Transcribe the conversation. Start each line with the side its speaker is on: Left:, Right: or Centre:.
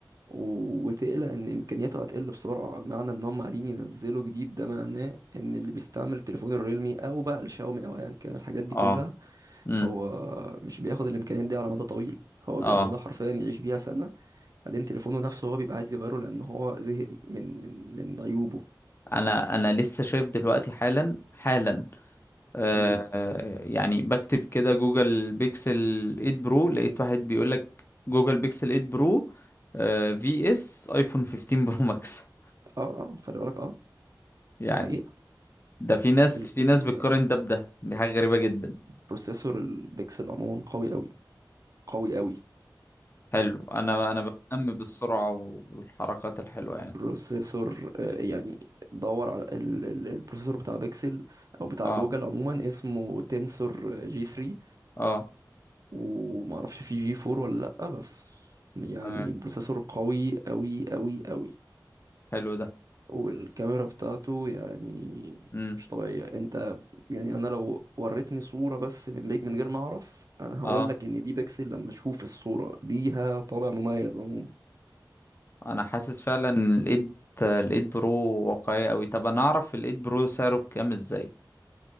Right: و- وتقلق ان امكانياته هتقل بسرعه معنى ان هم قاعدين ينزلوا جديد ده معناه ان اللي بيستعمل التليفون الريلمي او بقى الشاومي او ايا كان الحاجات دي كلها
Left: اه امم
Right: هو مش بياخد الامكانيات دي على مدى طويل هو
Left: اه
Right: بياخدها حرفيا يعيش بيها سنه بعدين تليفونه نفسه هو بيبقى عايز يغيره لان هو زهق من من من عيوبه
Left: انا انا لسه شايف دلوقتي حالا حالا آه
Right: امم
Left: آه، يعني بكتب كده جوجل بيكسل 8 برو لقيت واحد بيقول لك جوجل بيكسل 8 برو آه في اس ايفون 15 برو ماكس
Right: اه آه، خلي بالك اه
Left: <laughs> يعني
Right: دي حقيقه
Left: ده في ناس
Right: ال-
Left: في
Right: ال-
Left: ناس بتقارن ده بده دي حاجة غريبة جدا
Right: البروسيسور البيكسل عموما قوي قوي قوي قوي
Left: حلو انا انا بهتم بالسرعة والحركات الحلوة يعني
Right: بروسيسور آه، يعني دور على ال- ال- البروسيسور بتاع بيكسل او بتاع
Left: اه
Right: جوجل عموما اسمه تنسور آه، جي 3
Left: اه
Right: ومعرفش في جي 4 ولا لأ بس يعني
Left: تمام
Right: بروسيسور قوي قوي قوي قوي
Left: حلو ده
Right: والكاميرا بتاعته يعني
Left: امم
Right: مش طبيعية انت يعني انا لو وريتني صورة بس من بيك من غير ما اعرف انا هقولك
Left: اه
Right: ان دي بيكسل لما اشوف الصورة ليها طابع مميز عموما
Left: انا حاسس فعلا إن الايد الايد برو واقعية قوي طب انا اعرف الايد برو سعره بكام ازاي